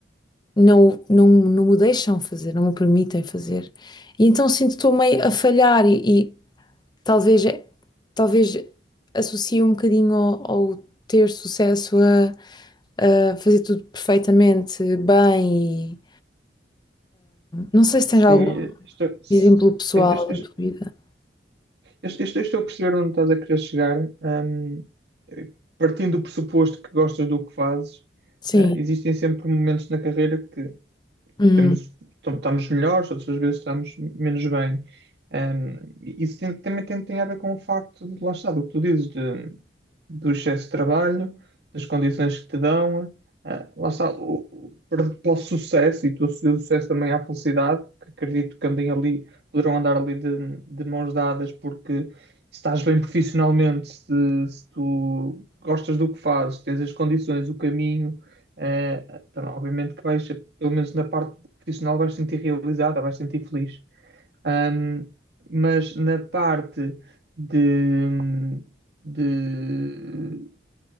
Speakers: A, on the left (about 25°); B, on the right (about 65°).
A: não, não, não me deixam fazer, não me permitem fazer. E então sinto que estou meio a falhar e, e talvez, talvez associe um bocadinho ao, ao ter sucesso a fazer tudo perfeitamente bem e não sei
B: Sim,
A: se tens algum
B: estou, sim,
A: exemplo pessoal
B: eu- eu- eu-
A: da tua vida.
B: eu eu estou a perceber onde estás a querer chegar. Hum, partindo do pressuposto que gostas do que fazes,
A: Sim,
B: eh, existem sempre momentos na carreira que
A: Uhum.
B: temos, tam- estamos melhores, outras vezes estamos menos bem. Um, isso tem- também tem, tem a ver com o facto de, lá está, do que tu dizes, de- do excesso de trabalho, das condições que te dão, ah, lá está, o, o, para, para o sucesso, e tu associas o sucesso também à felicidade, que acredito que andem ali, poderão andar ali de, de mãos dadas, porque se estás bem profissionalmente, se, se tu gostas do que fazes, tens as condições, o caminho, eh, então, obviamente que vais, pelo menos na parte profissional vais sentir realizada, vais sentir feliz. Ahm, mas na parte de, de